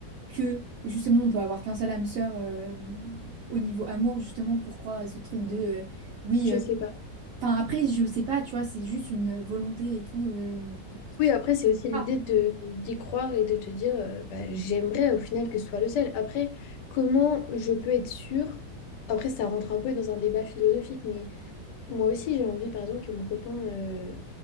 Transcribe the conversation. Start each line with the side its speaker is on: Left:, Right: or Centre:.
Right: que justement on peut avoir qu'un seul hamster euh, au niveau amour justement pour croire à ce truc de euh, oui
Left: je sais pas.
Right: Enfin, après, je sais pas, tu vois, c'est juste une volonté et tout. euh, de-
Left: Oui, après, c'est aussi l'idée
Right: Ah,
Left: de d'y croire et de te dire, euh, bah, j'aimerais au final que ce soit le seul. Après, comment je peux être sûre? Après, ça rentre un peu dans un débat philosophique, mais moi aussi, j'ai envie, par exemple, que mon copain, euh,